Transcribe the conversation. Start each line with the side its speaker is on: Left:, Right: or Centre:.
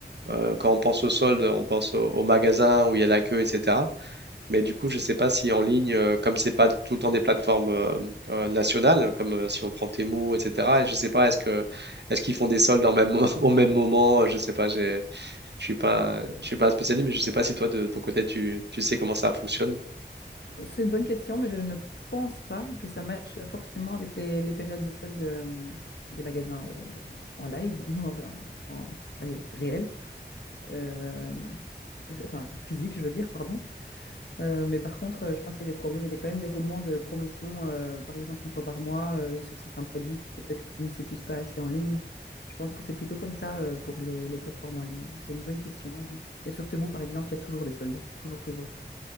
Right: euh, quand on pense aux soldes, on pense au- aux, magasins où il y a la queue, etc. Mais du coup, je ne sais pas si en ligne, euh, comme c'est pas tout le temps des plateformes euh, euh, nationales, comme euh, si on prend Temu, etc. Et je ne sais pas, est-ce que est-ce qu'ils font des soldes en même, <laughs> au même moment? Je ne sais pas. J'ai je suis pas, je suis pas un spécialiste, mais je sais pas si toi, de ton côté, tu, tu sais comment ça fonctionne.
Left: C'est une bonne question, mais je ne pense pas que ça matche forcément avec les, les périodes de solde euh, des magasins euh, en live, <laughs> en, en- en- allez, réel. Euh, enfin physique, je veux dire, pardon. Euh, mais par contre, euh, je pense qu'il y a des promos, il y a quand même des roulements de promotion, euh, par exemple une fois par mois, euh, sur certains produits qui peut-être ne s'épuisent pas assez en ligne. Je pense que c'est plutôt comme ça, euh, pour les, les plateformes en ligne. C'est une bonne question. Et sur Temu, par exemple, il y a toujours des soldes, toujours, toujours.